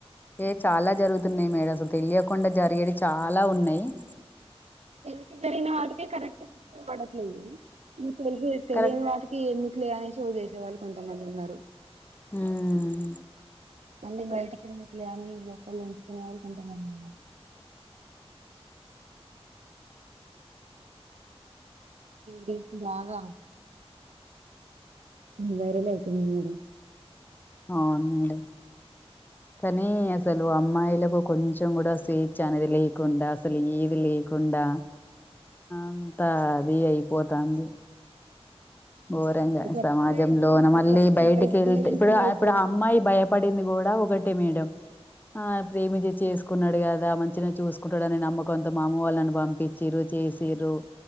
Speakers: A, on the left; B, on the right.
A: ఏ చాలా జరుగుతున్నాయి మేడం అసలు తెలియకుండా జరిగేవి చాలా ఉన్నయి <inaudible>
B: తెలిసి జరిగిన వాటికే కరెక్ట్ శిక్ష పడట్లేదు తెసి తెలియని
A: కరెక్ట్
B: వాటికి ఎందుకు లే అనేసి వదిలేసే వాళ్ళు కొంతమంది ఉన్నారు
A: ఉమ్
B: అన్ని బయట ఎందుకులే అని లోపల ఉంచుకునే వాళ్ళు కొంతమంది ఉన్నారు రీతి బాగా వైరల్ అవుతుంది మేడం
A: అవును మేడం కనీ అసలు అమ్మాయిలకు కొంచెం కూడా స్వేచ్ఛ అనేది లేకుండా అసలు ఏది లేకుండా అంతా ఫ్రీ అయిపోతంది ఘోరంగా
B: ఒకప్పుడే
A: సమాజంలో మళ్ళీ
B: ఒకప్పుడు
A: బయటికి
B: బయటకి వెళ్ళాలంటే
A: వెళ్తే ఇప్పుడ
B: భయపడేది
A: ఇప్పుడు ఆ అమ్మాయి భయ పడింది కూడా ఒకటి మేడం ఆ ప్రేమించీ చేసుకు కున్నాడు కదా మంచిగా చూసుకుంటాడునే నమ్మకంతో మా అమ్మ వాళ్లు నన్ను పంపించిర్రు చేసిర్రు